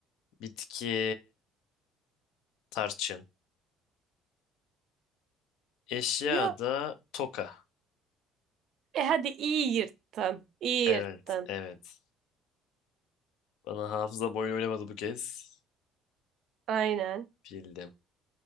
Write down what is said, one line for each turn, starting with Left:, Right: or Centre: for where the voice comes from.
Left: Bitki tarçın. Eşya
Right: Ya.
Left: da toka.
Right: E hadi iyi yırttın. İyi
Left: Evet,
Right: yırttın.
Left: evet. Bana hafıza boyun oynamadı bu kez.
Right: Aynen.
Left: Bildim.